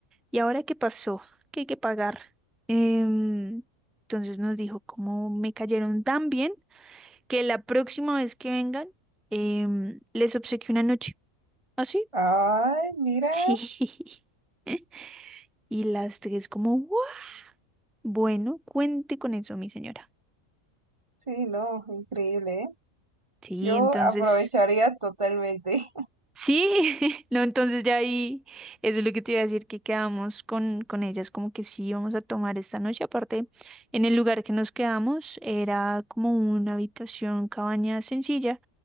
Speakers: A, in the centre; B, on the right.
A: ¿Y ahora qué pasó? ¿Qué hay que pagar? Em, entonces nos dijo, como me cayeron tan bien, que la próxima vez que vengan, em, les obsequio una noche. ¿Así?
B: Ay, mira.
A: Sí. <laughs> Y las tres como, "¿What?". Bueno, cuente con eso, mi señora.
B: Sí, no, increíble, ¿eh?
A: Sí,
B: Yo
A: entonces...
B: aprovecharía totalmente. <laughs>
A: Sí, <laughs> no, entonces ya ahí, eso es lo que te iba a decir, que quedamos con, con ellas, como que sí vamos a tomar esta noche. Aparte, en el lugar que nos quedamos era como una habitación, cabaña sencilla,